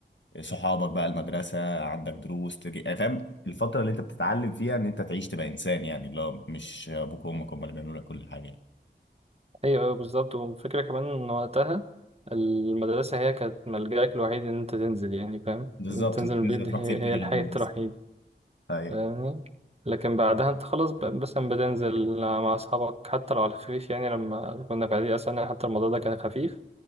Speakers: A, on the left; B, on the right.
A: صحابك بقى المدرسة عندك دروس تجي يعني فاهم الفترة اللي انت بتتعلم فيها ان انت تعيش تبقى انسان يعني اللي هو مش ابوك وامك هم اللي بيعملوا لك كل حاجة يعني
B: ايوه ايوه بالظبط والفكره كمان ان وقتها المدرسه هي كانت ملجأك الوحيد ان انت تنزل يعني فاهم
A: بالظبط
B: إن انت تنزل
A: انت بتنزل
B: من البيت دي
A: تروح
B: هي
A: فين تاني
B: هي
A: غير
B: الحياه
A: المدرسة
B: الوحيده
A: ايوه
B: فاهمني لكن بعدها انت خلاص ب- بس بتنزل مع اصحابك حتى لو على خفيف يعني لما كنا في اعدادي اصلا حتى الموضوع ده كان خفيف